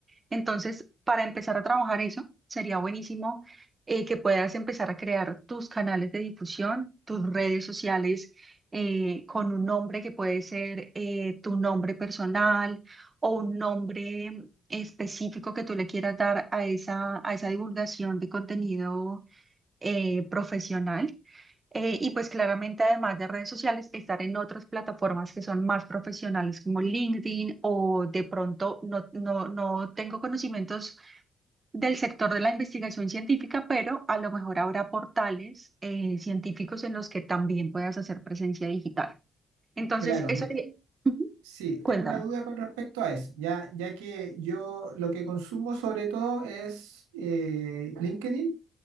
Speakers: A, on the right; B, on the right.
A: Entonces, para empezar a trabajar eso, sería buenísimo eh, que puedas empezar a crear tus canales de difusión, tus redes sociales eh, con un nombre que puede ser eh, tu nombre personal o un nombre específico que tú le quieras dar a esa, a esa divulgación de contenido eh, profesional. Eh, y pues claramente, además de redes sociales, estar en otras plataformas que son más profesionales como LinkedIn o de pronto no, no, no tengo conocimientos del sector de la investigación científica, pero a lo mejor habrá portales eh, científicos en los que también puedas hacer presencia digital. Entonces,
B: Claro,
A: eso...
B: mira,
A: sería- Ujú.
B: sí, tengo
A: Cuéntame.
B: una duda con respecto a eso, ya, ya que yo lo que consumo sobre todo es eh, LinkedIn.